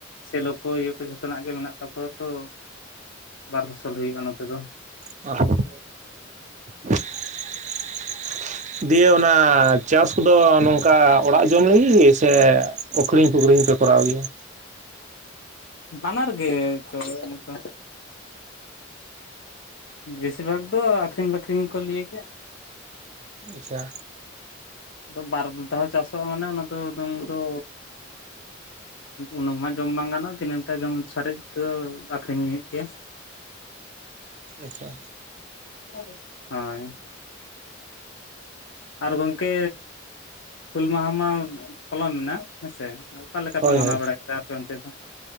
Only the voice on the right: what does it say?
<unintelligible> ᱫᱤᱭᱮ ᱚᱱᱟ ᱪᱟᱥ ᱠᱚᱫᱚ ᱱᱚᱝᱠᱟ ᱚᱲᱟᱜ ᱡᱚᱢ ᱞᱟᱹᱜᱤᱫ ᱥᱮ-ᱼ ᱟᱹᱠᱷᱨᱤᱧ ᱯᱩᱠᱷᱨᱤᱧ ᱯᱮ ᱠᱚᱨᱟᱣ ᱜᱮᱭᱟ᱾
ᱟᱪᱪᱷᱟ᱾
ᱟᱪᱪᱷᱟ᱾
ᱦᱳᱭ
ᱦᱳᱭ